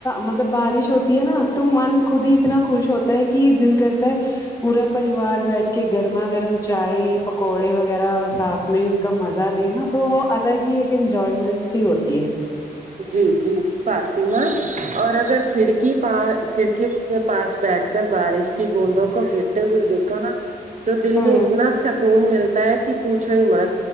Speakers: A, on the left; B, on the right.
A: مطلب بارش ہوتی ہے نا تو من خود ہی اتنا خوش ہوتا ہے کہ دل کرتا ہے پورا پریوار بیٹھ کے گرما گرم چائے پکوڑے وغیرہ ساتھ میں اس کا مزہ لےینا تو وہ الگ ہی ایک انجوائمنٹ سی ہوتی ہے
B: جی جی فاطمہ اور اگر کھڑکی پا کھڑکی کے پاس بیٹھ کر بارش کی گوندوں کو گر ہوئے دیکھو نا تو دل
A: ہوں
B: میں اتنا سکون ملتا ہے کہ پوچھو ہی مت